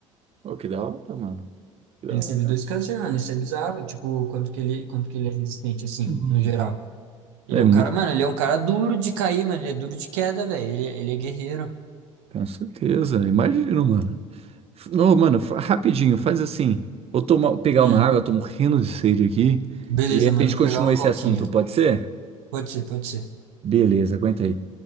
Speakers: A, on the right; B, on the right.
A: Ô, que da hora, mano. Que da
B: Ele
A: hora.
B: teve dois câncer, mano, isso é bizarro, tipo, quanto que ele, quanto que ele é resistente, assim,
A: Uhum.
B: no geral. Ele
A: É
B: é um
A: muito
B: cara, mano, ele é um cara duro de cair, mano, ele é duro de queda, velho, ele, ele é guerreiro.
A: Com certeza, imagino, mano. F- Não, mano, fa- rapidinho, faz assim. Vou tomar, pegar
B: Hum,
A: uma água, tô morrendo de sede aqui.
B: beleza,
A: E a
B: mano,
A: gente
B: vou
A: continua
B: pegar uma
A: esse
B: coquinha.
A: assunto, pode ser?
B: Pode ser, pode ser.
A: Beleza, aguenta aí.